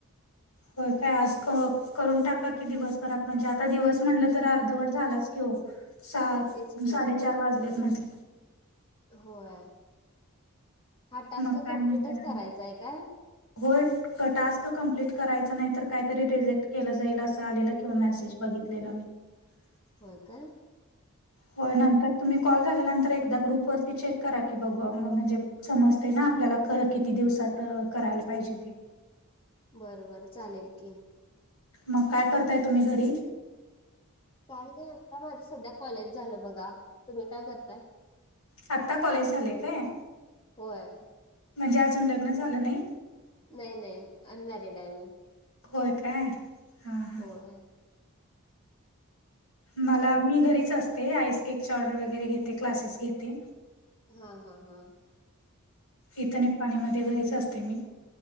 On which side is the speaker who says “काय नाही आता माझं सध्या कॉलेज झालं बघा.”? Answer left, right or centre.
Left